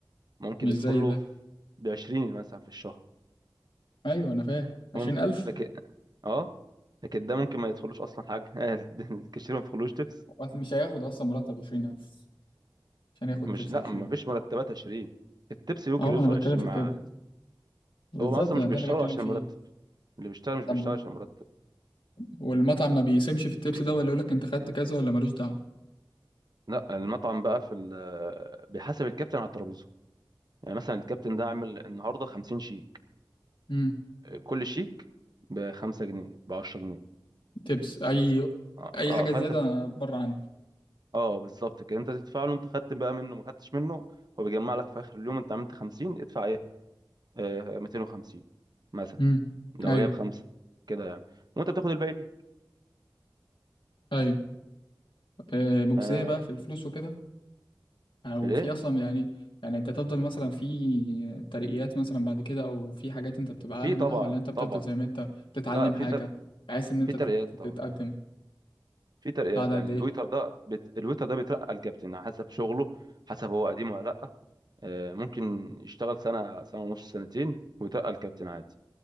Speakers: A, on the right; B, on the left.
A: ممكن
B: مش
A: يدخله
B: زي ده
A: في بعشرين مثلا في الشهر
B: ايوه انا فاهم عشرين
A: ممكن
B: الف
A: لكن اه لكن ده ممكن ما يدخلوش اصلا حاجه <laughs> الكاشير ما بيدخلوش تبس
B: وقت مش هياخد اصلا مرتب 20000 عشان ياخد
A: مش
B: تبس
A: لا
B: 20
A: ما فيش مرتبات عشرين التبس ممكن
B: اه ما
A: يوصل
B: انا بتكلم
A: عشرين
B: في
A: مع
B: كده بالظبط
A: هو اصلا
B: ده
A: مش بيشتغل
B: اللي بتكلم
A: عشان
B: فيه
A: المرتب اللي بيشتغل مش
B: طب
A: بيشتغل
B: و-
A: عشان مرتب
B: والمطعم ما بيقسمش في التبس
A: <clears throat>
B: ده ولا يقول لك انت خدت كذا ولا ملوش دعوه
A: لا المطعم بقى في ال- بيحاسب الكابتن على الترابيزه يعني مثلا الكابتن ده عامل النهارده 50 شيك
B: امم
A: كل شيك ب 5 جنيه ب 10 جنيه
B: تبس اي
A: اه
B: اي
A: آه،
B: حاجه
A: فانت
B: زياده بره عني
A: اه بالظبط كده انت تدفع له انت خدت بقى منه ما خدتش منه هو بيجمع لك في اخر اليوم انت عملت 50 ادفع ايه آه 250 مثلا
B: امم
A: لو
B: ايوه
A: هي بخمسه كده يعني وانت بتاخد الباقي ليه
B: ايوه طب، آه، مجزيه
A: آه
B: بقى في الفلوس وكده او
A: ليه
B: في اصلا يعني يعني انت تفضل مثلا في ترقيات مثلا بعد كده او في حاجات انت بتبقى اعلى
A: في طبعا
B: منها ولا انت بتفضل
A: طبعا
B: زي ما انت بتتعلم
A: لا في
B: حاجه
A: تر...
B: بحيث ان انت
A: في ترقيات
B: تت-
A: طبعا
B: تتقدم
A: في ترقيات
B: بعد قد
A: يعني
B: ايه
A: الويتر ده بت... الويتر ده بيترقى الكابتن على حسب شغله حسب هو قديم ولا لا آه ممكن يشتغل سنه سنه ونص سنتين ويترقى الكابتن عادي